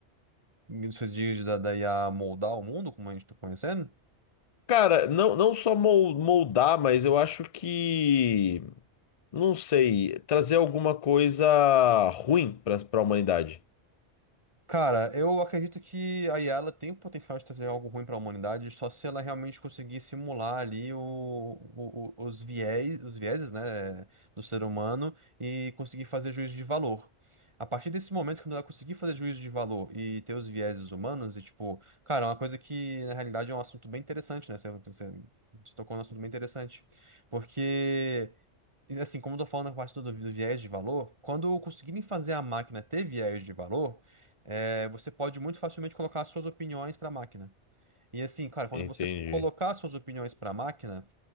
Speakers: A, on the right; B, on the left.
A: nesses dias da, da IA moldar o mundo, como a gente tá conhecendo,
B: Cara, não, não só mol- moldar, mas eu acho que. Não sei, trazer alguma coisa ruim pra, pra humanidade.
A: Cara, eu acredito que a IA ela tem o potencial de trazer algo ruim para a humanidade, só se ela realmente conseguir simular ali o, o- o- os viés, os vieses, né, do ser humano e conseguir fazer juízo de valor. A partir desse momento, quando ela conseguir fazer juízo de valor e ter os vieses humanos, e tipo, cara, é uma coisa que na realidade é um assunto bem interessante, né? Você, você, você tocou num assunto bem interessante. Porque. E, Assim, como eu tô falando na parte do, do viés de valor, quando conseguirem fazer a máquina ter viés de valor, é, você pode muito facilmente colocar as suas opiniões para a máquina. E assim, cara, quando
B: Entendi.
A: você colocar as suas opiniões para a máquina,